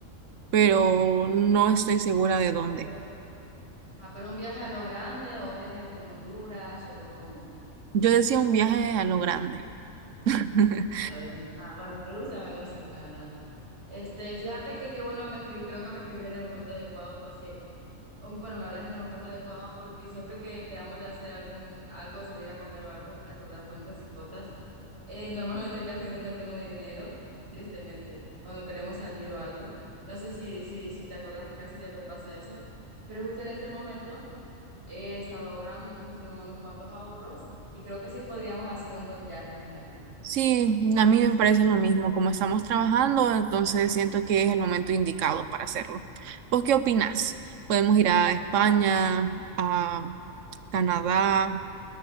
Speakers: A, on the right; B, on the right.
A: pero no estoy segura de dónde.
B: Pero, ajá, pero un viaje a lo grande o un viaje aquí en Honduras o como
A: Yo decía un viaje a lo grande. <laughs>
B: a lo grande. Ah, bueno, me gusta, me gusta, la verdad. Este, fíjate que qué bueno me escribí, creo que me escribí en el momento adecuado porque Um, Bueno, me hablas en el momento adecuado porque siempre que quedamos de hacer algún algo, salir a comer o algo, ¿te acordás con esas hipotas? Eh, normalmente casi nunca tengo dinero, tristemente, cuando queremos salir o algo. No sé si, si, si te acordás que casi siempre pasa eso, pero justo en este momento he estado ahorrando, entonces tengo unos cuantos ahorros y creo que sí podríamos hacer un buen viaje, fíjate.
A: Sí, a mí me parece lo mismo. Como estamos trabajando, entonces siento que es el momento indicado para hacerlo. ¿Vos qué opinás? Podemos ir a España, a Canadá.